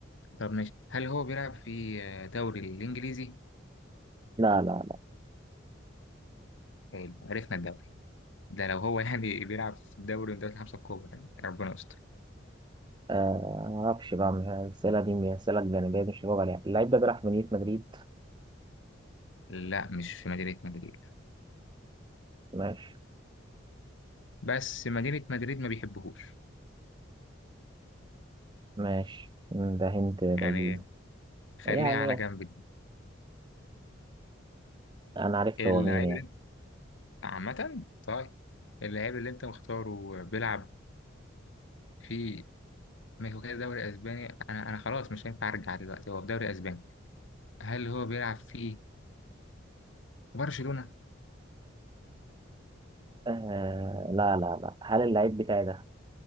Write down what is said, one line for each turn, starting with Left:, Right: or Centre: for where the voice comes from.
Left: طب ماشي هل هو بيلعب في آه، دوري الإنجليزي
Right: لا لا
Left: حلو عرفنا الدوري ده لو هو يعني <laughs> بيلعب في دوري من دوري الخمسة الكبرى يعني ربنا يستر
Right: آه معرفش بقى من الأسئلة دي من الأسئلة الجانبية دي مش هجاوب عليها اللعيب ده بيلعب في مدينة مدريد
Left: لا مش في مدينة مدريد
Right: ماشي
Left: بس مدينة مدريد ما بيحبهوش
Right: ماشي مم، ده هنت لذيذ
Left: يعني خليها
Right: يعني
Left: على جنب دي
Right: أنا عرفت
Left: اللعيب
Right: هو مين يعني
Left: اللي انت عامة طيب اللعيب اللي انت مختاره بيلعب في ميكو كده دوري اسباني انا انا خلاص مش هينفع ارجع دلوقتي هو في دوري اسباني هل هو بيلعب في برشلونة
Right: آه لا لا لا هل اللعيب بتاعي ده